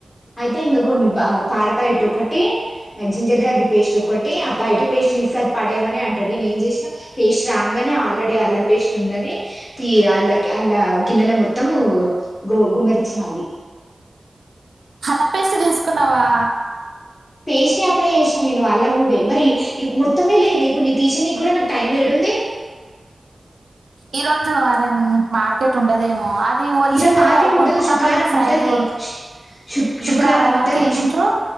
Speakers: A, on the left; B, on the right.
A: అయితే ఇంగా కొన్ని బ పాల ప్యాకెట్ ఒకటి జింజర్ గార్లిక్ పేస్ట్ ఒకట్టి ఆ బయట పేస్ట్ చూస్తే పడేమని అంటాడు నేనేం చేసిన పేస్ట్ రాగానే ఆల్రెడీ అల్లం పేస్ట్ ఉన్నది అల్ అల్లా గిన్నెల మొత్తంమ్ గుమ్మరిచ్చిన అవి
B: అల్లం పేస్టు తీసుకున్నవా
A: పేస్టె అప్లై చేసినా నేను అల్ల్వే మరి మొత్తమే లేదే ఇప్పుడు ని తీశానికి కూడా నాకు టైం ఏడుంది
B: ఈ రోజు వారం మార్కెట్ ఉండదేమో అది ఒలిచిందే
A: ఈరోజు మార్కెట్
B: కొనుక్కుంటాను
A: ఉంటది శుక్రారం
B: ఫ్రైడే
A: ఉంటది
B: వరకు
A: శు
B: శుక్రవారం
A: శుక్రారం ఉంటది
B: వరకు ఏం తింటారు